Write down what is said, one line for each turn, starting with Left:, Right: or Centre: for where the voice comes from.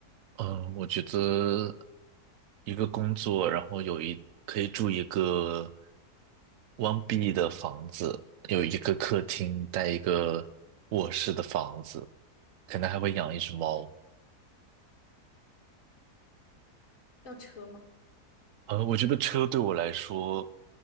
Right: 呃，我觉得一个工作，然后有一可以住一个 one B 的房子，有一个客厅，带一个卧室的房子，可能还会养一只猫。
Left: 要车吗？
Right: 呃，我觉得车对我来说